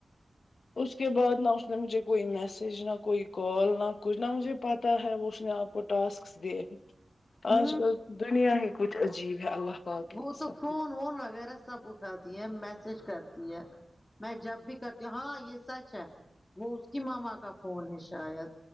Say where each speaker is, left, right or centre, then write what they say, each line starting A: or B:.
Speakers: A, on the left; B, on the left.
A: اس کے بعد اس نے مجھے کوئی میسج نہ کوئی کال نہ کچھ نہ مجھے پتا ہے وہ اس نے آپ کو ٹاسک دے
B: ہوں
A: آج کل دنیا ہی کچھ عجیب ہے اللہ پاک کی
B: وہ
A: قسم
B: تو فون وون وغیرہ سب اٹھاتی ہے میسج کرتی ہے میں جب بھی کرتی ہوں ہاں یہ سچ ہے وہ اس کی مما کا فون ہے شاید